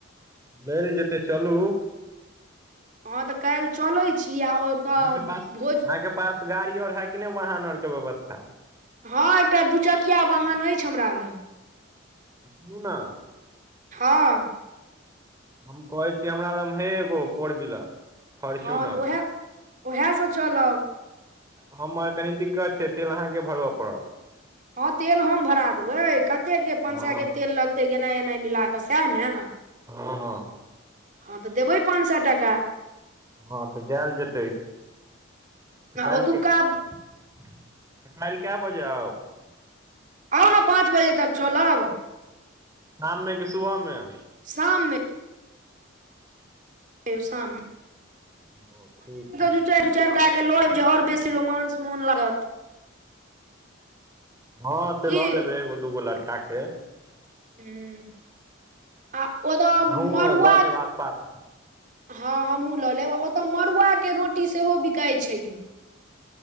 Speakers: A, on the right; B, on the right.
A: लेल जेते चलू।
B: हँ तऽ काल्हि चलैत छी आ ओतऽ
A: अहांके पास
B: भोज
A: अहाँके पास गाड़ी आर है कि नै वाहन आर के व्यवस्था?
B: हँ एकटा दूचकिया वाहन अछि हमरा लग।
A: सुनू ने।
B: हँ।
A: हम कहै छी, हमरा लगमे हे एगो फोर व्हीलर। फोर्च्युनर
B: हँ तऽ ओएह -ओएह स चलब।
A: हमर कनि दिक्कत छै, तेल अहाँकेँ भरबय पड़त।
B: हँ तेल हम भरा देबै, कते के पाँंच
A: हँ
B: सए के तेल लगतै गेनाइ एनाइ मिल कऽ सएह ने।
A: हँ
B: हँ तऽ देबै पाँच सै टाका।
A: हँ तऽ जायल जेतै, तऽ काल्के
B: ओतुक्का
A: काल्हि कै बजे आउ।
B: आउ ने पाँच बजे तक चलब।
A: शाम में कि सुबह में?
B: शाम में। <inaudible> चार
A: ओ ठीक छै
B: दू चारि गोटाके ल आयब जे आओर बेसी रोमांस मोन लागत।
A: हँ से
B: की
A: लऽ लेबै एगो दूगो लड़का के।
B: हूं, आ ओतऽ
A: अहूँ
B: मड़ुआ
A: लऽ लेब आसपास
B: हँ हमहुँ लऽ लेब ओतय मड़ुआ के रोटी सेहो बिकाई छै यौ।